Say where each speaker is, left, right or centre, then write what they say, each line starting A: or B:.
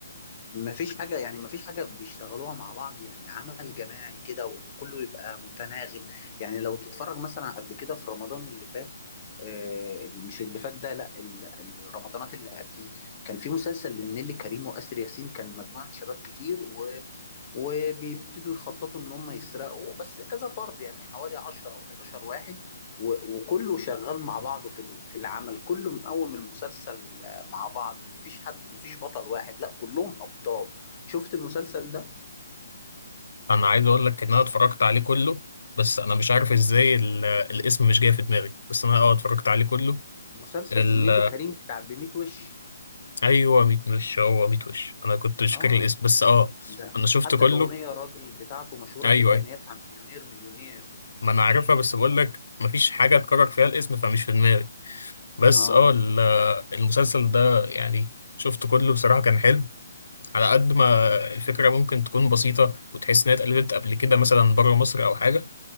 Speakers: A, on the left; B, on the left.
A: مفيش حاجة يعني مفيش حاجة بيشتغلوها مع بعض يعني عمل جماعي كده وكله يبقى متناغم يعني لو تتفرج مثلا قبل كده في رمضان اللي فات آه مش اللي فات ده لا ال- الرمضانات اللي قبليه كان في مسلسل لنيلي كريم وآسر ياسين كان مجموعة شباب كتير و وبيبتدوا يخططوا ان هم يسرقوا بس كذا فرد يعني حوالي 10 او 11 واحد و- وكله شغال مع بعضه في ال- في العمل كله مقوم المسلسل آه، مع بعض مفيش حد مفيش بطل واحد لا كلهم ابطال شفت المسلسل ده
B: انا عايز اقول لك ان انا اتفرجت عليه كله بس انا مش عارف ازاي ال- الاسم مش جاي في دماغي بس انا اه اتفرجت عليه كله
A: مسلسل
B: ال...
A: نيلي كريم بتاع بميت وش
B: ايوه ميت وش هو ميت وش انا كنت مش
A: اه
B: فاكر الاسم بس اه
A: ده
B: انا شفت
A: حتى
B: كله
A: الاغنيه الراجل بتاعته مشهوره
B: ايوه
A: جدا
B: ايوه
A: اللي هي بتاع مليونير مليونير
B: ما انا عارفها بس بقول لك مفيش حاجه اتكرر فيها الاسم فمش في دماغي بس
A: اه
B: اه ال- المسلسل ده يعني شفت كله بصراحه كان حلو على قد ما الفكره ممكن تكون بسيطه وتحس انها اتقلدت قبل كده مثلا بره مصر او حاجه